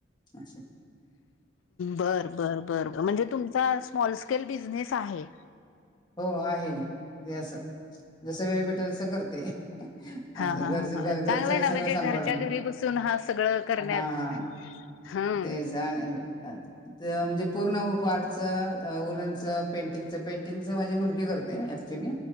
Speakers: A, on the left; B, on the left.
A: असं
B: बर बर बर म्हणजे, तुमचा स्मॉल स्केल बिझनेस आहे.
A: हो आहे जे असं जस वेळ भेटेल तसं करते. असं
B: हा हा
A: घरच
B: हा चांगलंय
A: घरचं
B: ना
A: सगळं
B: म्हणजे
A: सांभाळून
B: घरच्या घरी बसून हा सगळं करण्यात
A: हा.
B: हं
A: ते जाण अ तर म्हणजे पूर्ण हुफटचं उलचं पेंटिंगचं पेंट पेंटिंग माझी मुलगी करते ऍक्च्युली